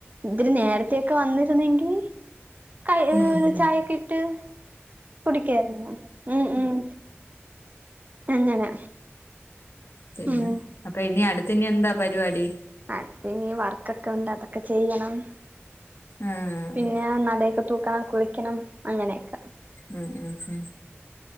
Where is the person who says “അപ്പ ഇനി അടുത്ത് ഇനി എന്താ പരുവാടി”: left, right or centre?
Left